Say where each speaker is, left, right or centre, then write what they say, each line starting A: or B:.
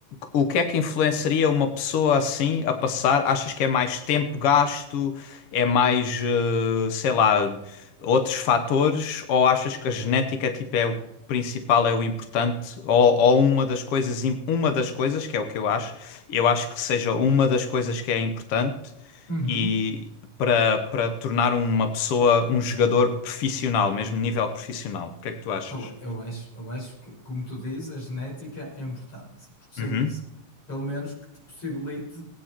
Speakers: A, on the left (about 65°); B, on the left (about 40°).
A: o que é que influenciaria uma pessoa assim a passar? Achas que é mais tempo gasto? É mais, eh, sei lá, outros fatores? Ou achas que a genética tipo, é o principal, é o importante? Ou, ou uma das coisas, im- uma das coisas, que é o que eu acho, eu acho que seja uma das coisas que é importante
B: Uhum.
A: e para para tornar uma pessoa um jogador profissional, mesmo nível profissional. O que é que tu achas?
B: Eu, eu acho, eu acho que, como tu dizes, a genética é importante, porque sem,
A: Uhum.
B: se- pelo menos que te possibilite